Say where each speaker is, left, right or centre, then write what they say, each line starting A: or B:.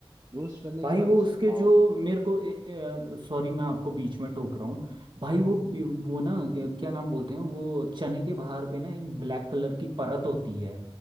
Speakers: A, on the right (about 35°); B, on the right (about 55°).
A: रोस्ट करने
B: भाई
A: के बाद
B: वो
A: उसका
B: उसके
A: पाउडर
B: जो मेरे को सॉरी मैं आपको बीच में टोक रहा हूँ भाई वो बी- वो ना क्या क्या नाम बोलते हैं वो चने के बाहर पे ना एक ब्लैक कलर की परत होती है